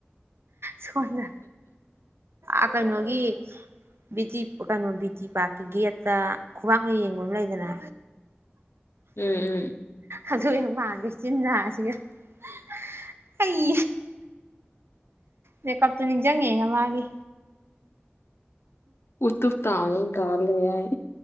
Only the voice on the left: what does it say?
ꯎꯝ ꯎꯝ
ꯎꯇꯨꯞ ꯇꯥꯗꯧꯅ ꯇꯥ ꯂꯩ ꯍꯥꯏ